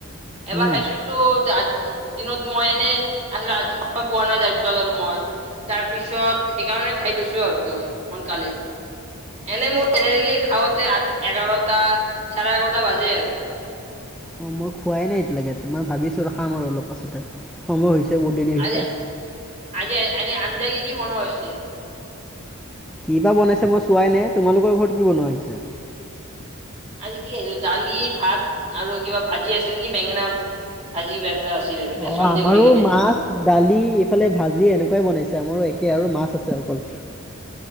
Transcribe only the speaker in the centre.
উম
অ মই খোৱাই নাই এতিয়ালৈকে মই ভাবিছো ৰখাম আৰু অলপ পাছতে সময় হৈছে। ব দেৰি হৈছে।
কি বা বনাইছে মই চোৱাই নাই তোমালোকৰ ঘৰত কি বনোৱা হৈছে।
অ আমাৰো
মাছ দালি এইফালে ভাজি এনেকুৱাই বনাইছে। আমাৰো একে আৰু মাছ আছে অকল